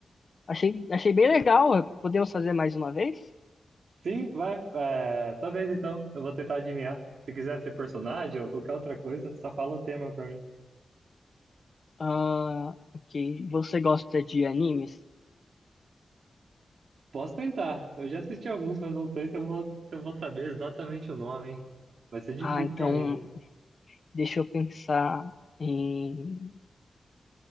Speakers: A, on the left (about 45°); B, on the right (about 70°).
A: Achei, achei bem legal. Podemos fazer mais uma vez?
B: Sim, vai. É, talvez então. Eu vou tentar adivinhar. Se quiser ser personagem ou qualquer outra coisa, só fala o tema pra mim.
A: Ah, ok. Você gosta de animes?
B: Posso tentar. Eu já assisti alguns, mas não sei se eu vou, se eu vou saber exatamente o nome, hein? Vai ser difícil
A: Ah, então
B: pra mim.
A: deixa eu pensar em,